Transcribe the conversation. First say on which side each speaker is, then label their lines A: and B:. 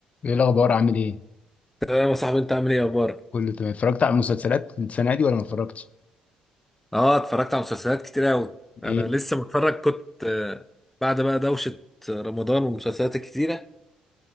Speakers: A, on the left; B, in the centre.
A: ايه الاخبار عامل ايه
B: تمام يا صاحبي انت عامل ايه اخبارك
A: كله تمام اتفرجت على المسلسلات السنه دي ولا ما اتفرجتش
B: اه اتفرجت على مسلسلات كتير قوي انا
A: ايه
B: لسه متفرج كنت آه، بعد بقى دوشة رمضان والمسلسلات الكتيرة